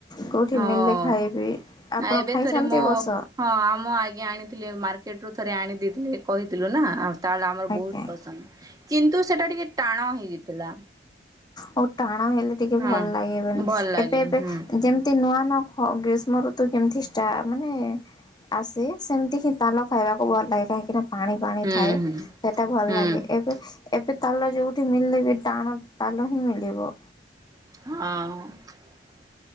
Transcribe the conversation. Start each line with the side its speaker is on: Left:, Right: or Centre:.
Left: କୋଉଠି
Right: ହଁ
Left: ମିଳିଲେ ଖାଇବି ଆପଣ
Right: ଏବେ
Left: ଖାଇଛନ୍ତି
Right: ଥରେ ମୁଁ
Left: ଏ ବର୍ଷ
Right: ହଁ ଆମ ଆଗଞେ ଆଣିଥିଲି ମାର୍କେଟରୁୁ ଥରେ ଆଣି ଦେଇଥିଲେ କହିଥିଲୁ ନା ଆଉ ତାଳ ଆମର
Left: ଆଜ୍ଞା।
Right: ବହୁତ ପସନ୍ଦ। କିନ୍ତୁ ସେଟା ଟିକେ ଟାଣ ହେଇଯାଇଥିଲା।
Left: ଆଉ ଟାଣ ହେଲେ ଟିକେ
Right: ହଁ।
Left: ଭଲ ଲାଗିବନି
Right: ଭଲ ଲାଗେନି
Left: ଏବେ ଏବେ
Right: ହୁଁ
Left: ଯେମିତି ନୂଆ ନା ଫ ଗ୍ରୀଷ୍ମ ଋତୁ ଯେମିତି କି ଷ୍ଟା ମାନେ ଆସେ ସେମିତି ହି ତାଲ ଖାଇବାକୁ ଭଲ ଲାଗେ କାହିଁକି ନା ପାଣି ପାଣି
Right: ହୁଁ
Left: ଥାଏ
Right: ହୁଁ
Left: ସେଇଟା ଭଲ
Right: ହୁଁ
Left: ଲାଗେ ଏବେ ଏବେ ତାଲ ଯୋଉଠି ମିଲେ ବି ଟାଣ ତାଲହୀ ମିଳିବ।
Right: ହଁ